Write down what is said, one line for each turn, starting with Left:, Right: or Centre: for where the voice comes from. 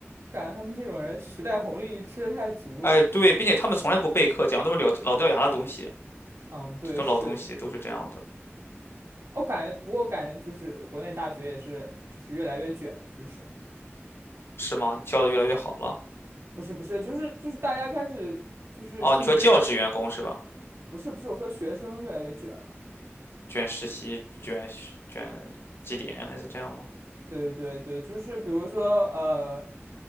Right: 感觉他们这种人时代红利吃的太足了。
Left: 哎，对，并且他们从来不备课，讲都是老老掉牙的东西。
Right: 嗯，对，
Left: 这种老东西都是这样的，
Right: 是，我感觉，不过我感觉就是国内大学也是，就是越来越卷的趋势。
Left: 是吗？教的越来越好了。
Right: 不是不是，就是就是大家开始就是竞争越，
Left: 哦，你说教职员工是吧？
Right: 不是不是，我说学生越来越卷了。
Left: 卷实习、卷卷绩点啊，类似这样吗？
Right: 对对对，就是比如说呃，